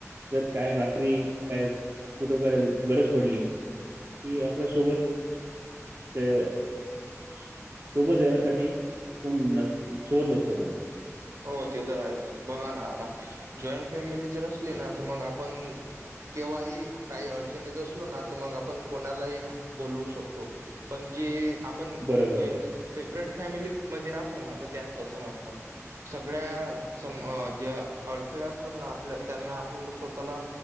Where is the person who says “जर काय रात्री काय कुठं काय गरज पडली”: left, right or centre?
Right